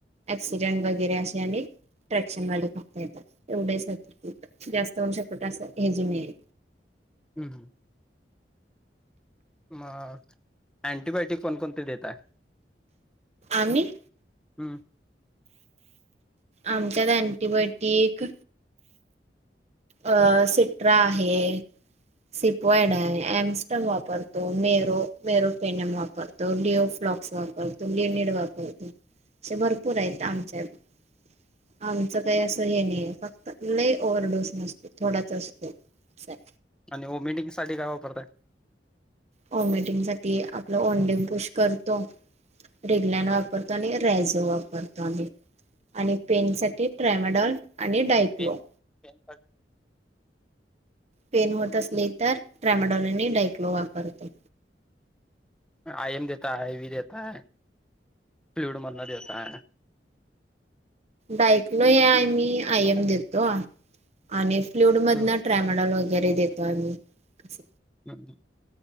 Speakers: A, on the right; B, in the centre.
A: ॲक्सिडेंट वगैरे असे आणि. ट्रॅक्शन वाले फक्त येतात एवढेच जास्त वष पट अस हेजी नाही.
B: हम्म हम्म. मग अँटीबायोटिक कोणकोणते देताय?
A: आम्ही?
B: हम्म.
A: आमच्यात अंटीबायोटिक अ सिट्रा आहे. सिपयड आहे एम्स्टडम वापरतो मेरो मेरो पेनम वापर डीओ फ्लॉक्स वापरतो लिनेड वापरतो असे भरपूर आहेत आमच्यात. आमचं काही असं हे नाही फक्त ल ओव्हरडोस नस थोडाच असतो असं हाय
B: आणि ओमीटिंगसाठी काय वापरतय?
A: व्हॉमिटिंग साठी आपलं ओंडेिंपूश करतो. रिग्लन वापरतो आणि रॅझो वापरतो आम्ही आणि पेन साठी ट्रामडॉल आणि डायक्लो.
B: पेन पेन साठी
A: पेन होत असली तर ट्रॅमडॉल नी डायक्लो वापरतो.
B: आय एम देताय आय वी देताय, फ्लूड मधन देताय.
A: डायकनो आम्ही आयन देतो आणि फ्लूड मधनं.
B: हम्म
A: ट्रायमडल वगैरे देतो आम्ही अस
B: <unintelligible>